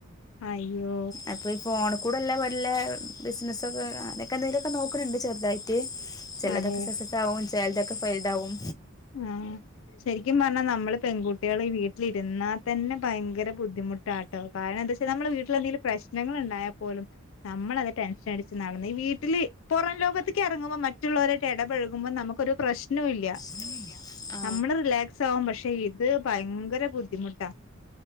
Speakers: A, on the left; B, on the left.
A: അയ്യോ
B: അപ്പി ഫോണ് കൂടെല്ല വല്ലെ ബിസിനസ്സൊക്കെ അങ്ങനൊക്കെ ന്തെലൊക്കെ നോക്ക്ണ് ണ്ട് ചെർതായിട്ട് ചെലോതൊക്കെ
A: അതെ
B: സെക്സസാവും ചെലേതൊക്കെ ഫെയ്ഡാവും
A: ആ ശെരിക്കും പർഞ്ഞാ നമ്മള് പെൺകുട്ട്യാള് ഈ വീട്ടിലിരുന്നാ തന്നെ ഭയങ്കര ബുദ്ധിമുട്ടാട്ടോ കാരണെന്താച്ചാ ക്ഷെ നമ്മളെ വീട്ടിലെന്തെങ്കിലും പ്രശ്നങ്ങള്ണ്ടായാ പോലും നമ്മളത് ടെൻഷൻ അടിച്ച് നടന്ന് ഈ വീട്ടില് പൊറം ലോകത്ത്ക്ക് എറങ്ങുമ്പോ മറ്റുള്ളവരുവായിട്ട് എടപഴകുമ്പോ നമുക്കൊരു പ്രശ്നവും ഇല്ല
B: ഉം ആ
A: നമ്മള് റിലാക്സാവും പക്ഷെ ഇത് ഭയങ്കര ബുദ്ധിമുട്ടാ